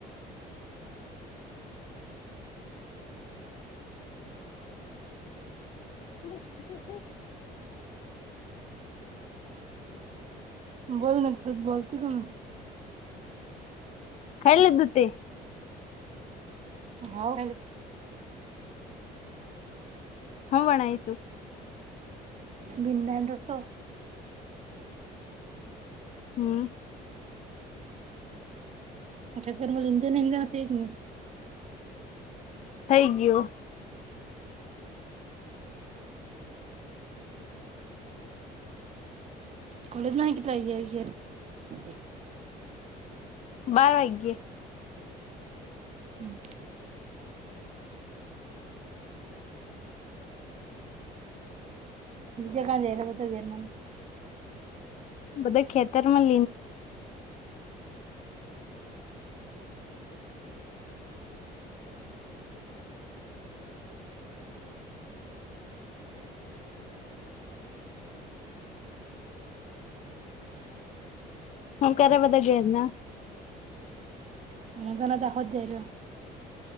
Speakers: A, on the left (about 45°); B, on the right (about 40°).
A: <unintelligible>
B: બોલ ને, બોલતી કોમ.
A: ખાઈ લીધું તે?
B: હાવ.
A: હું બનાવ્યું તું?
B: ભીંડા ને રોટો
A: હમ.
B: અક મ ંધજ જ ફે જ ને <inaudible>
A: થઈ ગયું.
B: કોલેજમાં કેટ આઈયાય. <unintelligible>
A: બાર વાગ્યે.
B: હમ. બીજે બધા ક્યાં જાય, ઘેર માં.
A: બધા ખેતરમાં. હું કરે, બધા ઘેરના.
B: અમારા ત્યાંના દાહોદ ચાયલા.